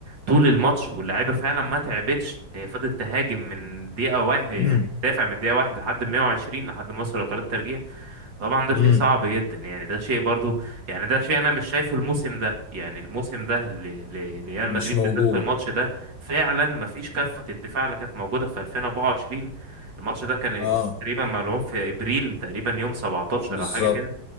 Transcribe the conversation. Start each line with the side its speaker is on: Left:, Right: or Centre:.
Right: طول الماتش واللعيبه فعلا ما تعبتش هي فضلت تهاجم من دقيقه واحد يعني
Left: <clears throat>
Right: تدافع من دقيقه واحد لحد 120 لحد ما وصلوا لقرار الترجيح طبعا ده
Left: مم.
Right: شيء صعب جدا يعني ده شيء برضو يعني ده شيء انا مش شايفه الموسم ده يعني الموسم ده ل- ل- لريال
Left: مش
Right: مدريد
Left: موجود
Right: بالذات في الماتش ده فعلا ما فيش كفه الدفاع اللي كانت موجوده في 2024 الماتش ده كان
Left: اه
Right: تقريبا ملعوب في ابريل تقريبا يوم 17
Left: بالظبط
Right: او حاجه كده